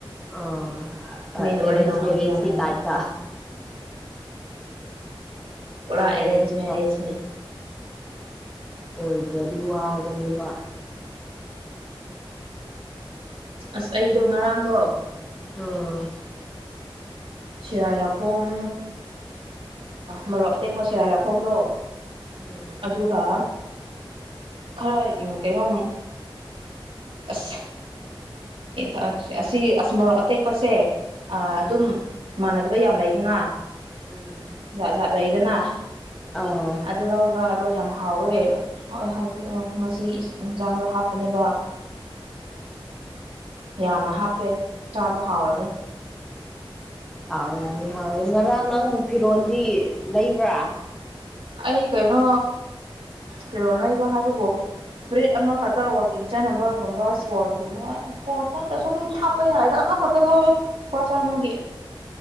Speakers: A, in the centre; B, on the right (about 75°).
A: ꯑꯥ
B: ꯃꯤ
A: ꯑꯦꯔꯦꯟꯖ
B: ꯑꯗꯨꯃꯥꯏꯅ ꯇꯧꯅꯕꯁꯦ
A: ꯃꯦꯔꯦꯖꯀꯤ
B: ꯌꯥꯝ ꯂꯩꯅ
A: ꯇꯥꯏꯞꯇ ꯑꯗꯨ
B: ꯄꯨꯔꯥ
A: ꯑꯣꯏꯕꯗꯤ
B: ꯑꯦꯔꯦꯟꯖ ꯃꯦꯔꯦꯖꯅꯦ
A: ꯐꯔꯦꯅꯦ ꯑꯣꯏꯗ꯭ꯔꯗꯤ ꯋꯥꯒꯅꯦꯕ
B: ꯑꯁ ꯑꯩꯗꯣ ꯉꯔꯥꯡꯗꯣ
A: ꯑꯣ
B: ꯁꯦꯔꯥꯏꯔꯈꯣꯡ ꯃꯔꯣꯛ ꯑꯇꯦꯛꯄ ꯁꯦꯔꯥꯏꯔꯈꯣꯡꯗꯣ
A: ꯎꯝ
B: ꯑꯗꯨ ꯀ ꯈꯔ ꯀꯩꯅꯣ ꯑꯁ ꯍ ꯑꯁꯤ ꯏꯁ ꯃꯣꯔꯣꯛ ꯑꯇꯦꯛꯄꯁꯦ
A: ꯎꯝ
B: ꯑꯗꯨꯝ ꯃꯥꯟꯅꯗꯕ ꯌꯥꯝ ꯂꯩꯗꯅ
A: ꯎꯝ
B: ꯖꯥꯠ ꯖꯥꯠ ꯂꯩꯗꯅ
A: ꯑꯥ
B: ꯑꯗꯨ ꯂꯕ ꯑꯗꯣ ꯌꯥꯝ ꯍꯥꯎꯋꯦ ꯍꯣꯏ ꯍꯧꯖꯤꯛ ꯉꯁꯤ ꯏꯟꯁꯥꯡꯁꯦ ꯍꯥꯞꯄꯅꯦꯕ <inaudible> ꯌꯥꯝꯅ ꯍꯥꯞꯄꯦ ꯆꯥꯕ ꯍꯥꯎꯔꯅꯤ
A: ꯍꯥꯎꯏ ꯌꯥꯅꯤ ꯍꯥꯎꯋꯦ ꯉꯔꯥꯡ ꯅꯪ ꯐꯤꯔꯣꯜꯗꯤ ꯂꯩꯕ꯭ꯔꯥ
B: ꯑꯩ ꯀꯩꯅꯣ ꯀꯤꯔꯣ ꯂꯩꯕ ꯍꯥꯏꯕꯕꯨꯣ ꯕ꯭ꯔꯦꯠ ꯑꯃꯈꯛꯇ ꯋꯥꯋꯀꯤꯡ ꯆꯥꯅꯕꯒꯨꯝꯕ ꯏꯁꯄꯣꯔꯠꯨꯝꯕ ꯏꯁꯄꯣꯔꯠ ꯅꯠꯇ꯭ꯔꯁꯨ ꯑꯗꯨꯝ ꯍꯥꯞꯄ ꯌꯥꯏ ꯍꯥꯏ ꯈꯇꯔ ꯂꯧꯑꯣ ꯂꯨꯄ ꯆꯥꯃꯥꯒꯤ